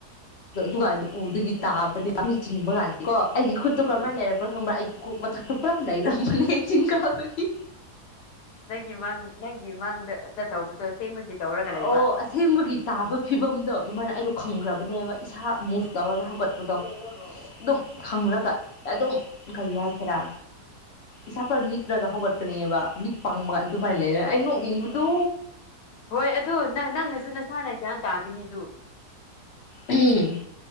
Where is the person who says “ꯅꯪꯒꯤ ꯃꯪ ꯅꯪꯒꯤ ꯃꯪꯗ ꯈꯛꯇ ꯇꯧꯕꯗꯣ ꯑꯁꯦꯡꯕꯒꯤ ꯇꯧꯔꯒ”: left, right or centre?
Left